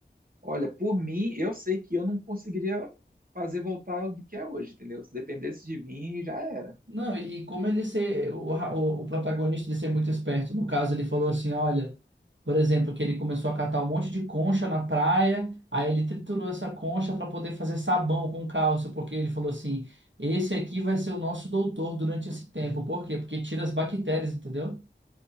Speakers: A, on the right; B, on the right.
A: Olha, por mim, eu sei que eu não conseguiria fazer voltar do que é hoje, entendeu? Se dependesse de mim, já era.
B: Não, e como ele ser, o, o, o protagonista de ser muito esperto, no caso, ele falou assim, olha, por exemplo, que ele começou a catar um monte de concha na praia, aí ele triturou essa concha para poder fazer sabão com cálcio, porque ele falou assim, esse aqui vai ser o nosso doutor durante esse tempo. Por quê? Porque tira as bactérias, entendeu?